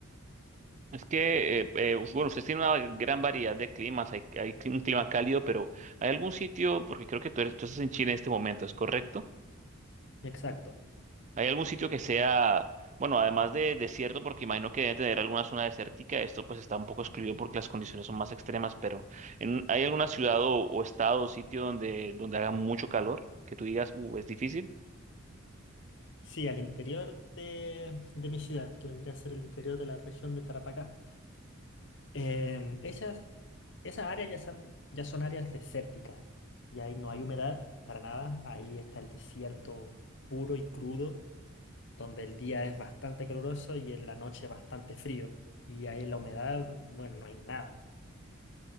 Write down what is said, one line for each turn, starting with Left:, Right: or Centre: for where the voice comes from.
Right: Es que, eh, eh, us- bueno, ustedes tienen una gran variedad de climas, hay, hay cli- un clima cálido, pero ¿hay algún sitio, porque creo que tú, eres- tú estás en Chile en este momento, ¿es correcto?
Left: Exacto.
Right: ¿Hay algún sitio que sea, bueno, además de desierto, porque imagino que debe tener alguna zona desértica, esto pues está un poco excluido porque las condiciones son más extremas, pero en- ¿hay alguna ciudad o, o estado o sitio donde, donde haga mucho calor, que tú digas, uh, es difícil,
Left: Sí, al interior de, de mi ciudad, que vendría a ser el interior de la región de Tarapacá. Em, esas, esas áreas ya son, ya son áreas desérticas y ahí no hay humedad para nada. Ahí está el desierto puro y crudo, donde el día es bastante caluroso y en la noche bastante frío. Y ahí la humedad, bueno, no hay nada.